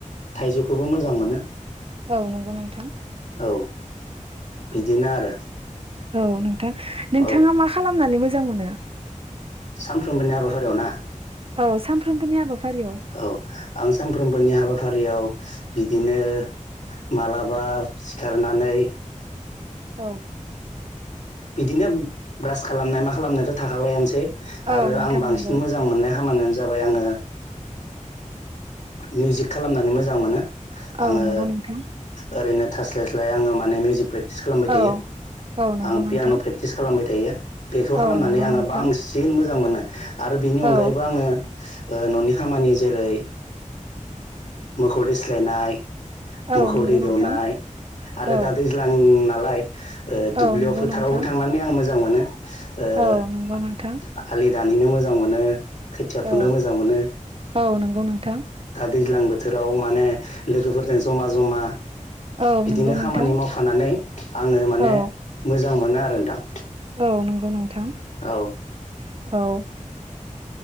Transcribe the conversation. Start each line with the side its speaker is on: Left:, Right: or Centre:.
Left: थाइजौखौबो मोजां मोनो।
Right: औ नंगौ नोंथां
Left: औ बिदिनो आरो
Right: औ नोंथां नोंथाङा
Left: औ
Right: मा खालामनानै मोजां मोनो।
Left: सानफ्रोमबोनि हाबाफारियाव ना?
Right: औ सानफ्रोमबोनि हाबाफारियाव
Left: औ आं सानफ्रोमबोनि हाबाफारियाव बिदिनो मालाबा सिखारनानै
Right: औ
Left: बिदिनो ब्रास खालामनाय मा खालामनायाथ' थाखाबायानोसै आरो
Right: औ नोंथां
Left: आं बांसिन
Right: नंगौ
Left: मोजां मोननाय खामानियानो जाबाय आङो मिउजिक खालामनानै मोजां मोनो। आङो
Right: औ नंगौ नोंथां
Left: ओरैनो थास्लायस्लाय आङो माने मिउजिक प्रेक्टिस खालामबाय थायो।
Right: औ औ नंगौ
Left: आं
Right: नोंथां
Left: पियान' प्रेक्टिस खालामबाय थायो बेखौ खालामनानै
Right: औ नंगौ
Left: आङो
Right: नोंथां
Left: बांसिन मोजां मोनो। आरो बिनि अनगायैबो
Right: औ
Left: आङो न'नि खामानि जेरै मोखौ दोस्लायनाय मोखौ
Right: औ नंगौ
Left: दै दौनाय
Right: नोंथां
Left: आरो
Right: औ
Left: दा दैज्लां नालाय। दुब्लियाव
Right: औ नंगौ
Left: फोथारावबो
Right: नोंथां
Left: थांनानै आं मोजां मोनो। आलि
Right: औ नंगौ नोंथां
Left: दानहैनो मोजां मोनो। खोथिया फुनो
Right: औ
Left: मोजां मोनो।
Right: औ नंगौ नोंथां
Left: दा दैज्लां बोथोराव माने लोगोफोरजों जमा जमा
Right: औ
Left: बिदिनो
Right: नंगौ
Left: खामानि
Right: नोंथां
Left: मावफानानै आङो माने
Right: औ
Left: मोजां मोजां मोनो आरो नोंथां
Right: औ नंगौ नोंथां
Left: औ
Right: औ